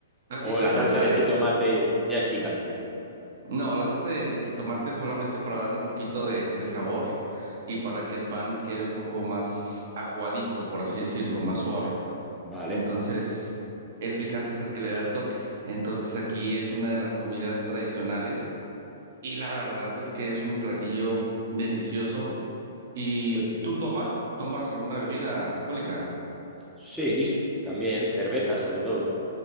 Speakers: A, on the right (about 60°); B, in the centre.
A: Así,
B: O
A: la
B: la
A: salsa
B: salsa
A: de,
B: de jitomate ya es picante.
A: no, la salsa de, de jitomate es solamente para darle un poquito de, de sabor y para que el pan quede un poco más aguadito, por así decirlo, más suave.
B: Vale.
A: Entonces, el picante es el que le da el toque. Entonces, aquí es una de las comidas tradicionales y la verdad es que es un platillo delicioso. ¿Y
B: Pues
A: tú tomas? ¿Tomas alguna bebida alcohólica?
B: Sí, s- también cerveza, sobre todo.